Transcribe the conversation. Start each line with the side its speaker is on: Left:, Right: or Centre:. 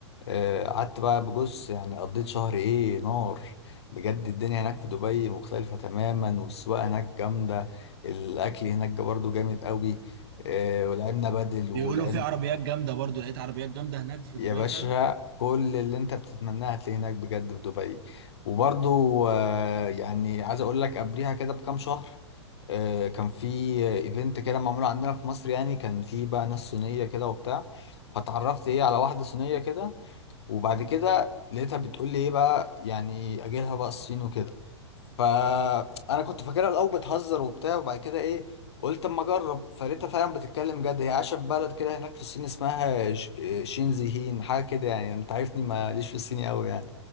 Left: آه، قعدت بقى بجص يعني قضيت شهر ايه نار بجد الدنيا هناك في دبي مختلفة تماما والسواقة هناك جامدة الأكل هناك برضو جامد قوي آه، ولعبنا بدل
Right: بيقولوا
Left: ولعبنا
Right: في عربيات جامده برضو لقيت عربيات جامده هناك في
Left: يا
Right: دبي
Left: باشا
Right: فعلا
Left: كل اللي انت بتتمناه هتلاقيه هناك بجد في دبي وبرضو آه، يعني عايز اقول لك قبليها كده بكام شهر آه، كان في ايفنت كده معمول عندنا في مصر يعني كان في بقى ناس صينية كده وبتاع فتعرفت ايه على واحدة صينية كده وبعد كده لقيتها بتقول لي ايه بقى يعني اجيلها بقى الصين وكده فانا كنت فاكرها الاول بتهزر وبتاع وبعد كده ايه قلت اما اجرب فلقيتها فعلا بتتكلم جد هي عايشه في بلد كده هناك في الصين اسمها ش- شينزيهين حاجه كده يعني انت عارفني ماليش في الصيني قوي يعني